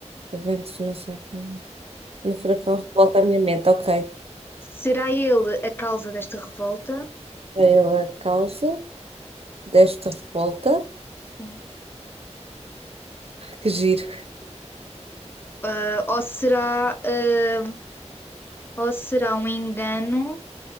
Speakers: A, on the right (about 55°); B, on the left (about 20°).
A: Juventus não sofrem. No furacão revolta a minha mente. Ok.
B: Será ele a causa desta revolta?
A: Pela causa desta revolta,
B: Sim.
A: <laughs> que giro.
B: Ah, ou será, ah, ou será um engano?